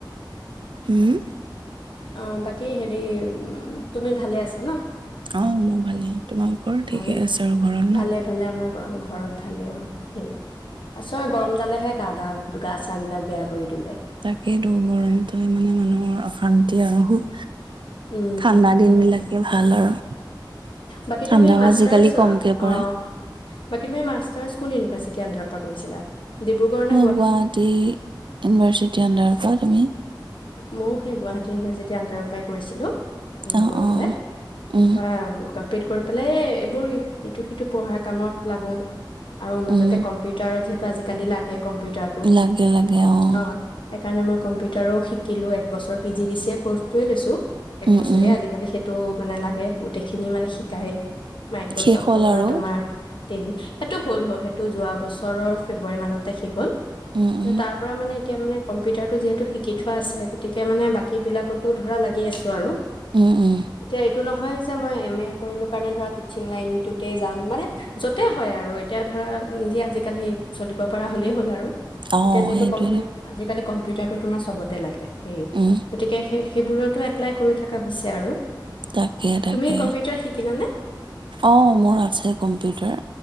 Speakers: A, on the right (about 80°); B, on the left (about 85°).
A: উম
B: অ বাকী কি হেৰি উ তুমি ভালে আছা ন।
A: অ মই ভালে। তোমালোকৰ ঠিকে
B: অ
A: আছে আৰু ঘৰত
B: ভালে
A: ন।
B: ভালে আমাৰ ঘৰত ভালেই অ হে আ চই গৰম তালেহে গাা গা চ বিলাক বেয়া কৰি তোলে।
A: তাকেই দুৰ গৰমটো মানে মানুহৰ অশান্তি আৰু
B: উ
A: ঠাণ্ডা দিন
B: সেয়াই
A: বিলাকে ভাল আৰু
B: বাকী
A: ঠাণ্ডাও
B: তুমি মাষ্টাৰছ
A: আজিকালি কমকে পৰে
B: অ। বাকী তুমি মাষ্টাছ কোন ইউনিভাৰ্চিটি আণ্ডাৰৰ পৰা কৰিছিলা ডিব্ৰুগড় নে
A: মই গুৱাহাটী ইউনিভাৰ্চিটি অন্দাৰৰ পৰা তুমি
B: ময়ও সেই গুৱাহাটী ইউনিভাৰচিটি আণ্ডৰ পৰাই কৰিছিলোঁ
A: অ
B: কৰি
A: অ
B: পেলাই তাৰপা
A: উম
B: কমপ্লিট কৰি পেলাই এইবোৰ ইটো সিটো পঢ়াৰ কামত লাগো আৰু মাজতে
A: উম
B: কম্পিউটাৰত যিহেতু। আজিকালি লাগে। কম্পিউটাৰটো
A: লাগে লাগে আহ
B: অ' সেইকাৰণে মই কম্পিউটাৰো শিকিলোঁ একবছৰ পি জি ডি চিয় ক'ৰ্চটোৱে লৈছোঁ এক
A: উম
B: বছৰীয়া
A: উম
B: আজিকালি সেইটো মানে লাগে গোটেইখিনি মানে শিকায়। মাইক্ৰচফ্টৰ
A: শেষ হ'ল
B: পৰা
A: আৰু
B: তোমাৰ তেলী সেইটো হ'ল হ'ল সেইটো যোৱা বছৰৰ ফেব্ৰুৱাৰী মানতে শেষ হ'ল
A: উম উম
B: তাৰ পৰা মানে এতিয়া মানে কম্পিউটাৰটো যিহেতু শিকি থোৱা আছে গতিকে মানে বাকীবিলাকতো ধৰা লাগি আছে। আৰু
A: উম উম।
B: এতিয়া এইটো নহয় যে মই এম এ কৰিলো কাৰণে ধৰা টিচিং লাইনটোতে যাম মানে য'তে হয় আৰু এতিয়া ধৰা নিজে আজিকালি। চলিব পৰা হ'লেই হ'ল আৰু
A: অ',
B: এতিয়া যিহেতু
A: সেইটোৱেতো।
B: কম্পিউ আজিকালি কম কম্পিউটাৰটো তোমাৰ চবতে লাগে সেই
A: উম,
B: গতিকে সেই সেইবোৰতো এপ্লাই কৰি থকা হৈছে আৰু
A: তাকে তাকে
B: তুমি কম্পিউটাৰ শিকিলানে
A: অঁ মোৰ আছে কম্পিউটাৰ